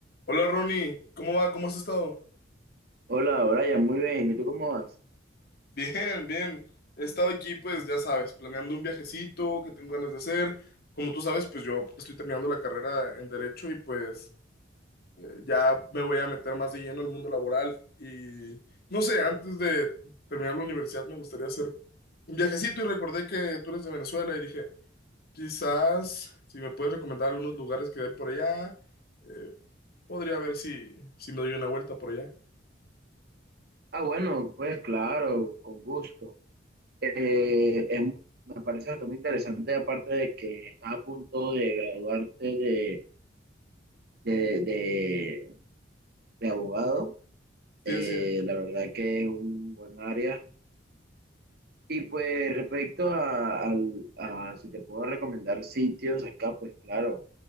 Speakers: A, on the left (about 60°); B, on the right (about 60°).
A: Hola Ronnie, ¿cómo va? ¿Cómo has estado?
B: Hola, Brian, muy bien. ¿Y tú cómo vas?
A: Bien, bien. He estado aquí, pues ya sabes, planeando un viajecito que tengo ganas de hacer. Como tú sabes, pues yo estoy terminando la carrera en Derecho y pues eh, ya me voy a meter más de lleno al mundo laboral. Y no sé, antes de terminar la universidad me gustaría hacer un viajecito y recordé que tú eres de Venezuela y dije, quizás si me puedes recomendar algunos lugares que hay por allá, eh, podría ver si, si me doy una vuelta por allá.
B: Ah, bueno, pues claro, con gusto. Eh, es mu- me parece bastante interesante, aparte de que estás a punto de graduarte de, de, de- de abogado.
A: Sí,
B: Eh,
A: así es. ¿En
B: la verdad que es un buen área. Y pues respecto a, al- a si te puedo recomendar sitios acá, pues claro,